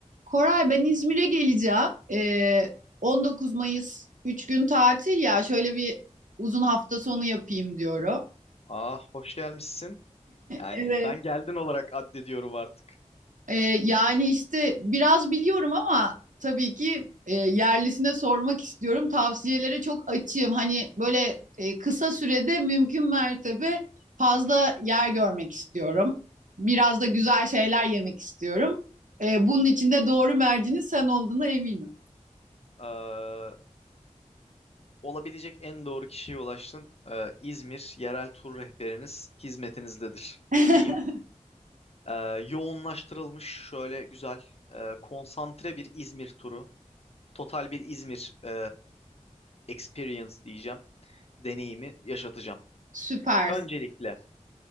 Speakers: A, on the right (about 90°); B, on the left (about 55°).
A: Koray ben İzmir'e geleceğim. Ee, 19 Mayıs 3 gün tatil ya şöyle bir uzun hafta sonu yapayım diyorum.
B: Ah, hoş gelmişsin. Yani
A: Evet.
B: ben geldin olarak addediyorum artık.
A: Ee, yani işte biraz biliyorum ama tabii ki e, yerlisine sormak istiyorum. Tavsiyelere çok açığım. Hani böyle e, kısa sürede mümkün mertebe fazla yer görmek istiyorum. Biraz da güzel şeyler yemek istiyorum. Ee, bunun için de doğru mercinin sen olduğuna eminim.
B: Ee, olabilecek en doğru kişiye ulaştın. Ee, İzmir yerel tur rehberiniz hizmetinizdedir
A: <laughs>
B: diyeyim. Ee, yoğunlaştırılmış şöyle güzel e, konsantre bir İzmir turu. Total bir İzmir e, experience diyeceğim. Deneyimi yaşatacağım.
A: Süper.
B: Öncelikle